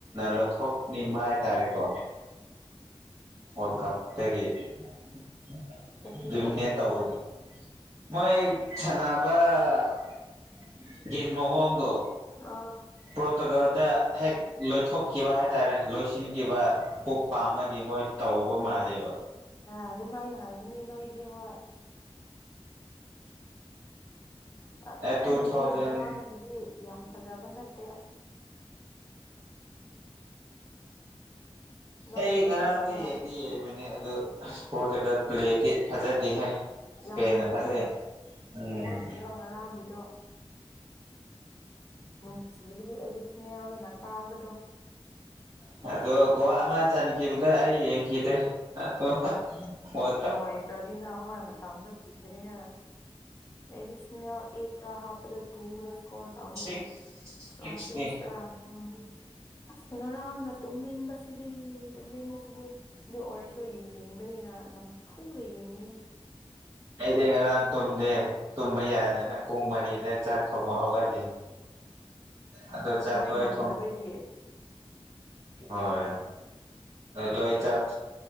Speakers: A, on the right; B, on the left.
A: <unintelligible> ꯊꯣꯛꯅꯤꯡꯕ ꯍꯥꯏꯇꯥꯔꯦꯀꯣ ꯋꯥꯜ ꯀꯞꯇꯒꯤ <unintelligible>
B: ꯀꯔꯤꯕ
A: ꯃꯣꯏ ꯁꯥꯟꯅꯕꯒꯤ ꯃꯑꯣꯡꯗꯣ
B: ꯑꯥ
A: ꯄ꯭ꯔꯣꯇꯨꯒꯜꯗ ꯍꯦꯛ ꯂꯣꯏꯊꯣꯛꯈꯤꯕ ꯍꯥꯏꯇꯥꯔꯦ ꯂꯣꯏꯁꯤꯟꯈꯤꯕ ꯄꯣꯛ ꯄꯥꯝꯕꯒꯤ ꯃꯣꯏ ꯇꯧꯕ ꯃꯥꯜꯂꯦꯕ
B: ꯑꯥ ꯑꯗꯨꯃꯥꯏꯅ ꯍꯥꯏꯒꯅꯤ ꯅꯣꯏꯗꯤ ꯍꯣꯏ ꯑ
A: ꯇꯨ
B: ꯑꯩꯒꯤꯗꯤ
A: ꯊꯥꯎꯖꯟ
B: ꯉꯔꯥꯡꯒꯤꯗꯤ ꯌꯥꯝ ꯐꯥꯖꯕ ꯅꯠꯇꯦ ꯅꯣꯏꯒꯤꯗꯤ
A: ꯑꯩ ꯉꯔꯥꯡꯗꯣ
B: ꯐꯖꯕ꯭ꯔꯥ
A: ꯌꯦꯡꯗꯤ ꯌꯦꯡꯕꯅꯦ ꯑꯗꯨ ꯑꯁ ꯄꯣꯔꯇꯨꯒꯜ ꯄ꯭ꯂꯦꯗꯤ ꯐꯖꯗꯦꯍꯦ ꯏꯁꯄꯦꯟꯅ
B: ꯌꯥꯝ ꯐꯥꯖꯗꯦ
A: ꯐꯖꯩ ꯎꯝ
B: ꯃꯣꯏꯒꯤꯗꯣ ꯉꯔꯥꯡꯒꯤꯗꯣ ꯅꯨꯡꯁꯤꯕꯗꯤ ꯑꯩꯗꯤ ꯏꯁꯅꯦꯜꯅ ꯀꯥꯕꯗꯣ
A: ꯎꯝ ꯑꯗꯣ ꯒꯣꯜ ꯑꯃ ꯆꯟꯈꯤꯕꯗ ꯑꯩ ꯌꯦꯡꯈꯤꯗꯦ ꯑꯗꯣ ꯋꯥꯔꯜ ꯀꯞ
B: ꯂꯣꯏꯈ꯭ꯔꯗꯤꯅ ꯍꯣꯏ ꯃꯇꯝꯗꯣ ꯀꯨꯏꯗ꯭ꯔꯤꯅꯦ ꯑꯦꯔꯤꯁꯅꯦꯜ ꯑꯦꯞꯔ ꯍꯥꯞ ꯄꯗ ꯇꯨꯔ ꯁꯀꯣꯔ ꯇꯧꯕꯒꯨꯝ
A: ꯁꯤꯛꯁ ꯁꯤꯛꯁꯅꯤ
B: ꯑ ꯁꯤꯛꯁꯔꯥ ꯎꯝ ꯑꯁ ꯉꯔꯥꯡꯅ ꯇꯨꯝꯅꯤꯡꯕꯁꯤꯗꯤ-ꯇꯨꯝꯅꯤꯡꯕꯁꯤꯗꯤ ꯑꯗꯨ ꯑꯣꯏꯔꯁꯨ ꯌꯦꯡꯅꯤꯡꯕꯅꯤꯅ ꯅꯝ ꯐꯨꯗ ꯌꯦꯡꯕꯅꯦ꯫
A: ꯑꯩꯗꯤ ꯉꯔꯥꯡ ꯇꯨꯝꯗꯦ ꯇꯨꯝꯕ ꯌꯥꯗꯗꯅ ꯄꯨꯡ ꯃꯔꯤꯗ ꯆꯥꯛ ꯊꯣꯡꯕ ꯍꯧꯒꯠ ꯑꯗꯣ ꯆꯥꯛ
B: ꯅꯣꯏ
A: ꯂꯣꯏꯔ
B: ꯉꯝꯗꯕꯒꯤ
A: ꯍꯣꯏ ꯂꯣꯏ <unintelligible>